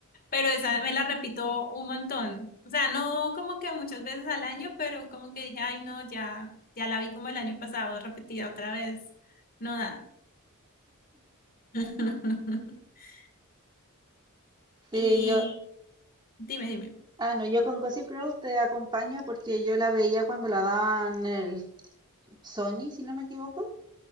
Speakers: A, on the left; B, on the right.
A: Pero esa me la repito un montón. O sea, no como que muchas veces al año, pero como que dije, ay, no, ya, ya la vi como el año pasado, repetida otra vez. No da. <laughs>
B: Sí,
A: Y
B: yo,
A: dime, dime.
B: ah, no, yo con Gossip Girl te acompaño porque yo la veía cuando la daban en el Sony, si no me equivoco.